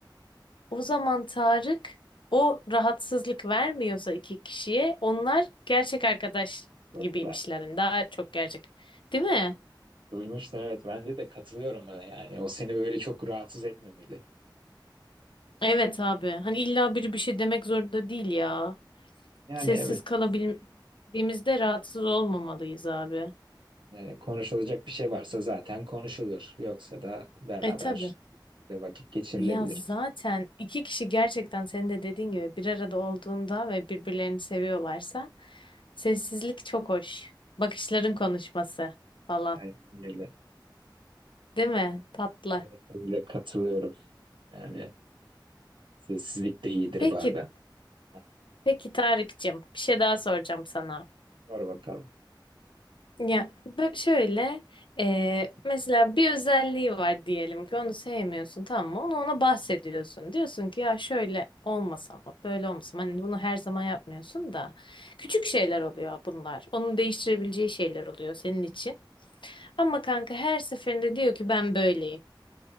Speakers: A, on the left; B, on the right.
A: O zaman Tarık o rahatsızlık vermiyorsa iki kişiye onlar gerçek arkadaş
B: Dostlardır.
A: gibiymişler. Yani daha çok gerçek. Değil mi?
B: Duymuştun evet bence de katılıyorum buna yani. O seni böyle çok rahatsız etmemeli.
A: Evet abi. Hani illa biri bir şey demek zorunda değil ya.
B: Yani
A: Sessiz
B: evet.
A: kalabildiğimizde rahatsız olmamalıyız abi.
B: Yani konuşulacak bir şey varsa zaten konuşulur. Yoksa da beraber
A: E tabii.
B: de vakit geçirilebilir.
A: Ya zaten iki kişi gerçekten senin de dediğin gibi bir arada olduğunda ve birbirlerini seviyorlarsa sessizlik çok hoş. Bakışların konuşması falan.
B: Aynen öyle.
A: Değil mi? Tatlı.
B: Evet, ben bile katılıyorum. Yani sessizlik de iyidir
A: Peki
B: bazen. Ha,
A: Peki Tarık'cığım, bir şey daha soracağım sana.
B: Sor bakalım.
A: Ya bö- şöyle e, mesela bir özelliği var diyelim ki onu sevmiyorsun tamam mı? Onu ona bahsediyorsun. Diyorsun ki ya şöyle olmasa ama böyle olmasa ama." Hani bunu her zaman yapmıyorsun da küçük şeyler oluyor bunlar. Onun değiştirebileceği şeyler oluyor senin için. Ama kanka her seferinde diyor ki ben böyleyim.